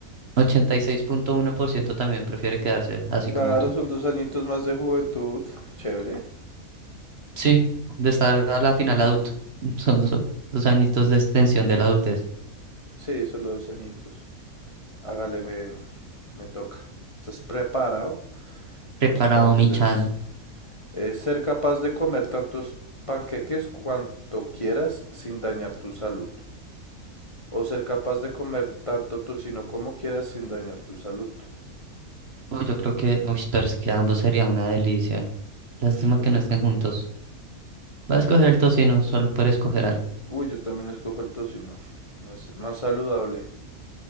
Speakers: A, on the right (about 45°); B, on the left (about 30°).
A: Ochenta y seis punto uno por ciento también prefiere quedarse así
B: Claro,
A: como tú.
B: son dos añitos más de juventud. Chévere.
A: Sí, de estar a la final adulto. <laughs> Son dos, dos añitos de extensión de la adultez.
B: Sí, solo dos añitos. Hágale, me, me toca. ¿Estás preparado?
A: Preparado,
B: Entonces,
A: mi chan.
B: es ser capaz de comer tantos panqueques cuanto quieras sin dañar tu salud. O ser capaz de comer tanto tocino como quieras sin dañar tu salud.
A: Uy, yo creo que, uy, pero es que ambos sería una delicia. Lástima
B: Ush, qué
A: que
B: rico.
A: no estén juntos. Voy
B: Sí.
A: a escoger el tocino solo por escoger algo.
B: Uy, yo también escojo el tocino. Más, más saludable